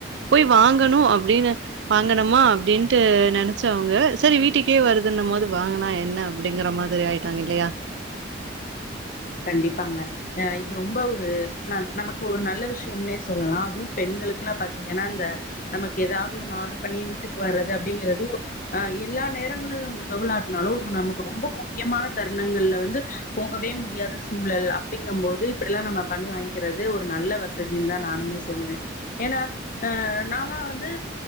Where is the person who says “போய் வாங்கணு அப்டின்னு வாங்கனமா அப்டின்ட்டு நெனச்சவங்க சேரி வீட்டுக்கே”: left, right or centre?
Right